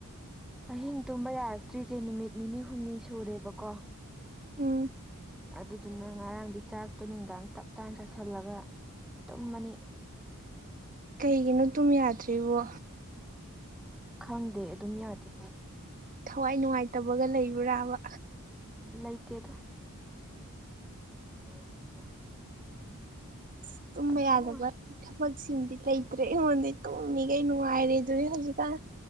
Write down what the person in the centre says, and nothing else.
ꯑꯍꯤꯡ ꯇꯨꯝꯕ ꯌꯥꯔꯛꯇ꯭ꯔꯤꯖꯦ ꯅꯨꯃꯤꯠ ꯅꯤꯅꯤ ꯍꯨꯝꯅꯤ ꯁꯨꯔꯦꯕꯀꯣ
ꯑꯗꯨꯗꯨꯅ ꯉꯔꯥꯡꯗꯤ ꯆꯥꯛꯇꯣ ꯅꯨꯡꯗꯥꯡ ꯇꯞꯇꯥꯥꯟ ꯆꯥꯁꯤꯜꯂꯒ ꯇꯨꯝꯕꯅꯤ
ꯈꯪꯗꯦ ꯑꯗꯨꯝ ꯌꯥꯗꯦ
ꯂꯩꯇꯦꯗ <unintelligible>
ꯀꯩꯁꯨ
ꯅꯨꯡꯉꯥꯏ